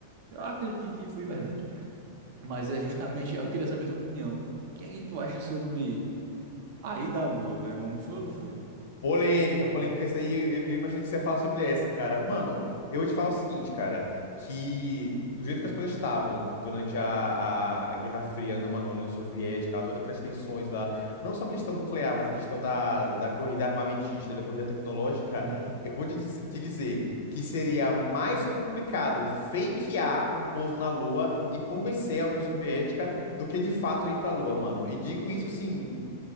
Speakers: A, on the right; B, on the left.
A: Eu acredito que, que foi verdade. Mas é justamente... Eu queria saber a tua opinião. O que é que tu acha sobre a ida à Lua, velho? O homem foi ou não foi?
B: Polêmica, polêmica isso aí. Eu, eu imaginei que você ia falar sobre essa, cara. Mano, eu vou te falar o seguinte, cara, que do jeito que as coisas estavam durante a, a, a Guerra Fria, né, mano, a União Soviética, lá, todas aquelas tensões lá, não só a questão nuclear, mas a questão da, da corrida armamentista, da corrida tecnológica,
A: Uhum.
B: eu vou te, diz- te dizer que seria mais complicado fakear um pouso na Lua e convencer a União Soviética do que de fato ir pra Lua, mano. E digo isso assim.